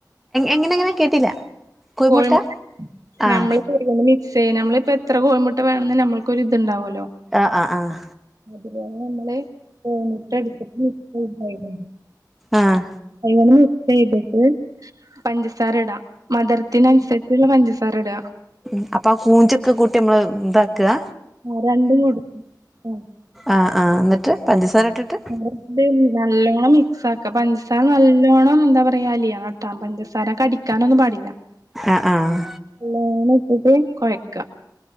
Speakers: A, in the centre; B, on the right (about 55°).
A: എങ്ങനെങ്ങനെ കേട്ടില്ല കോഴിമുട്ട
B: കോഴി
A: ആഹ്
B: ഞമ്മള് മിക്സ് ചെയ്യ നമ്മളിപ്പോ എത്ര കോഴിമുട്ട വേണന്ന് നമ്മൾക്കൊരിത്ണ്ടാവോല്ലോ
A: ആഹ് ആഹ് ആഹ്
B: അതുപോലെ നമ്മള് കോഴി മുട്ട ഇട്ത്തിട്ട് <unintelligible>
A: ആഹ്
B: കൈ കൊണ്ട് മിക്സ് ചെയ്തിട്ട് പഞ്ചസാര ഇട മധര് ത്തിനൻസരിച്ച്ള്ള പഞ്ചസാര ഇട
A: ഉം അപ്പൊ ആ ഫൂഞ്ചൊക്കെ കൂട്ടി നമ്മള് ഇതാക്കാ
B: ആ രണ്ടും കൊട് ആഹ്
A: ആഹ് ആഹ് ന്നിട്ട് പഞ്ചസാര ഇട്ടിട്ട്
B: ഇത് നല്ലോണം മിക്സ് ആക്ക പഞ്ചസാര നല്ലോണം എന്താ പറയാ അലിയണട്ടോ പഞ്ചസാര കടി ക്കാനൊന്നും പാടില്ല
A: അ ആഹ്
B: നല്ലോണം ഇട്ടിട്ട് കൊയക്ക